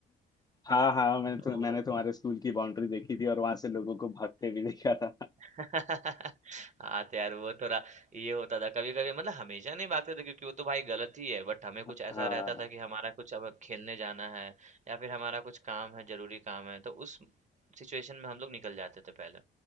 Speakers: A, on the left; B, on the right.
A: हाँ हाँ मैंने तो
B: ओ
A: मैंने तुम्हारे स्कूल की बाउंड्री देखी थी और वहां से लोगों को भागते भी देखा था
B: <laughs> हाँ तो यार वो थोड़ा ये होता था कभी कभी मतलब हमेशा नहीं भागते थे क्योंकि वो तो भाई गलत ही है बट हमें कुछ
A: हाँ
B: ऐसा रहता था कि हमारा कुछ अब खेलने जाना है या फिर हमारा कुछ काम है जरूरी काम है तो उस सिचुएशन में हम लोग निकल जाते थे पहले